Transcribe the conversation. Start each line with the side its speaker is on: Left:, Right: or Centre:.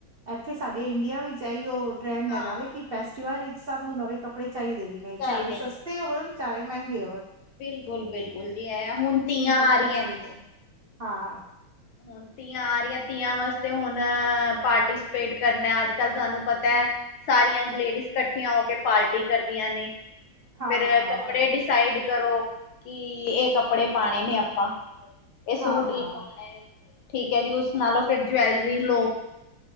Right: ਏਥੇ ਸਾਡੇ ਇੰਡੀਆ ਵਿੱਚ ਏਈਓ ਟਰੈਂਡ
Left: ਹਾਂ
Right: ਹੈਗਾ ਵੇ ਕੇ ਫੈਸਟੀਵਲ ਵਿਚ ਸਬ ਨੂੰ ਨਵੇਂ ਕੱਪੜੇ ਚਾਈਦੇ ਈ ਨੇ ਚਾਵੇ
Left: ਚਾਹੀਦੇ
Right: ਸਸਤੇ ਹੋਨ ਚਾਵੇ ਮੈਂਗੇ ਹੋਨ।
Left: ਬਿਲਕੁਲ-ਬਿਲਕੁਲ ਜੀ ਐ ਹੁਨ ਤੀਆਂ
Right: ਕੱਪੜੇ
Left: ਆ ਰੀਆਂ।
Right: ਚਾਹੀਦੇ ਨੇ ਹਾਂ।
Left: ਹੁਨ ਤੀ ਆ ਰੀਆਂ ਤੀਆਂ ਵਾਸਤੇ ਹੁਨ ਪਾਰਟੀਸਪੇਟ ਕਰਨਾ ਅੱਜ-ਕੱਲ ਤੁਹਾਨੂੰ ਪਤਾ ਸਾਰੀਆਂ ਲੇਡੀਜ਼ ਕੱਠੀਆਂ ਹੋ ਕੇ ਪਾਲਟੀ ਕਰਦੀਆਂ ਨੇ।
Right: ਹਾਂ
Left: ਫਿਰ
Right: ਹਾਂ
Left: ਕੱਪੜੇ
Right: ਹਾਂ
Left: ਡਿਸਾਈਡ ਕਰੋ, ਕੀ ਏ ਕੱਪੜੇ ਪਾਨੇ ਨੇ ਆਪਾਂ। ਏ ਸੂਟ
Right: ਹਾਂ ਹਾਂ
Left: ਲ ਪਾਨਾ, ਠੀਕ ਐ ਜੀ ਉਸ ਨਾਲ ਓ ਫਿਰ ਜਵੈਲਰੀ ਲੋ।